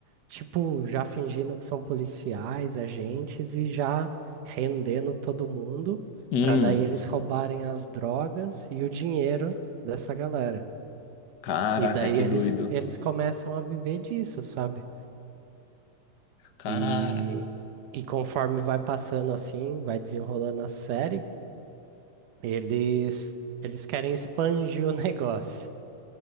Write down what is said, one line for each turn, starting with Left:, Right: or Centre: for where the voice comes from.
Right: tipo, já fingindo que são policiais, agentes e já rendendo todo mundo,
Left: Hum,
Right: para daí eles roubarem as drogas e o dinheiro dessa galera.
Left: caraca,
Right: E daí
Left: que
Right: eles,
Left: doido.
Right: eles começam a viver disso, sabe?
Left: Cara.
Right: E, e conforme vai passando assim, vai desenrolando a série, eles, eles querem expandir o <laughs> negócio.